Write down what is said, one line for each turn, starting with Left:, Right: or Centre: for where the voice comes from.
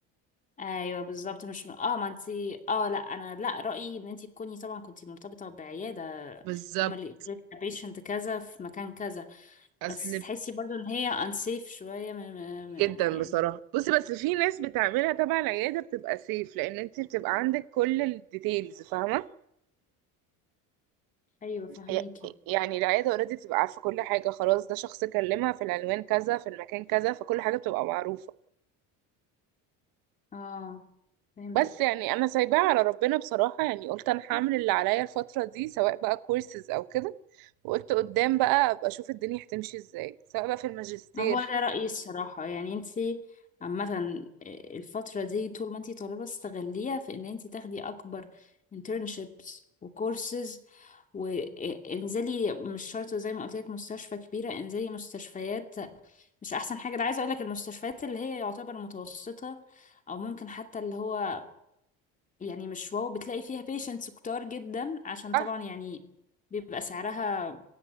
Left: ايوه بالظبط مش اه ما انتي اه لا انا لا رأيي ان انتي تكوني طبعا كنتي مرتبطة بعيادة
Right: بالظبط
Left: هما اللي يقولك patient كذا في مكان كذا
Right: اصل
Left: بس تحسي برضو ان هي unsafe شوية م... م...
Right: جدا
Left: م- يعني
Right: بصراحة بصي بس في ناس بتعملها تبع العيادة بتبقى سيف لأن انت بتبقى عندك كل الديتيلز فاهمة
Left: ايوه فهميكي
Right: ي- يعني العيادة اوريدي بتبقى عارفة كل حاجة خلاص ده شخص كلمها في العنوان كذا في المكان كذا فكل حاجة بتبقى معروفة
Left: اه فهمتك
Right: بس يعني أنا سايباها على ربنا بصراحة يعني قلت أنا هعمل اللي عليا الفترة دي سواء بقى كورسز أو كده وقلت قدام بقى أبقى أشوف الدنيا هتمشي ازاي سواء بقى في الماجستير
Left: ما هو ده رأيي الصراحة يعني انتي عامة آه، الفترة دي طول ما انتي طالبة استغليها في ان انتي تاخدي اكبر internships وكورسز وانزلي مش شرط زي ما قلت لك مستشفى كبيرة انزلي مستشفيات مش احسن حاجة ده عايزة اقول لك المستشفيات اللي هي يعتبر متوسطة او ممكن حتى اللي هو يعني مش واو بتلاقي فيها بيشنتس كتار جدا عشان
Right: صح
Left: طبعا يعني بيبقى سعرها